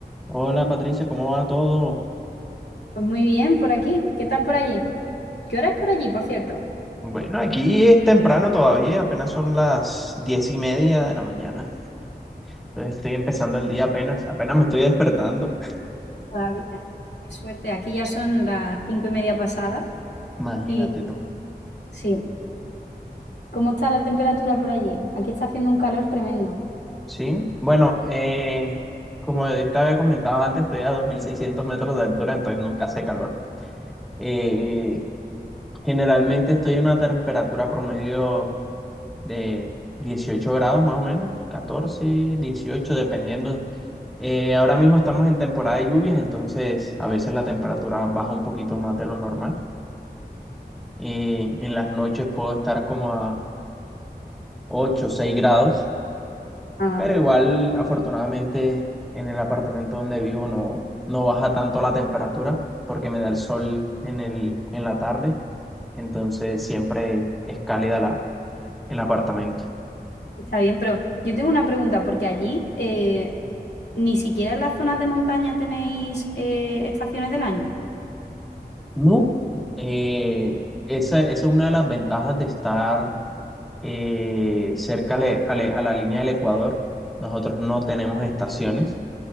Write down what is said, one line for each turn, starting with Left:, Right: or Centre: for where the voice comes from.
Centre: Hola Patricia, ¿cómo va todo?
Left: Pues muy bien, por aquí. ¿Qué tal por allí? ¿Qué hora es por allí, por cierto?
Centre: Bueno, aquí es temprano todavía, apenas son las diez y media de la mañana. Entonces estoy empezando el día apenas, apenas me estoy despertando.
Left: Todavía. Qué suerte, aquí ya son las cinco y media pasadas.
Centre: Imagínate
Left: Y
Centre: tú.
Left: sí, ¿cómo está la temperatura por allí? Aquí está haciendo un calor tremendo.
Centre: Sí, bueno, eh, como te había comentado antes, estoy a 2600 metros de altura, entonces nunca hace calor. Eh, generalmente estoy a una temperatura promedio de 18 grados más o menos, 14 18 dependiendo. Eh, ahora mismo estamos en temporada de lluvias, entonces a veces la temperatura baja un poquito más de lo normal. Eh, en las noches puedo estar como a 8 o 6 grados,
Left: Ah,
Centre: pero igual afortunadamente en el apartamento donde vivo no, no baja tanto la temperatura porque me da el sol en el, en la tarde, entonces siempre es cálida la, el apartamento.
Left: está bien, pero yo tengo una pregunta, porque allí eh, ni siquiera en las zonas de montaña tenéis eh, estaciones del año.
Centre: No, eh, esa, esa es una de las ventajas de estar eh, cerca ale- ale- a la línea del Ecuador. Nosotros no tenemos estaciones.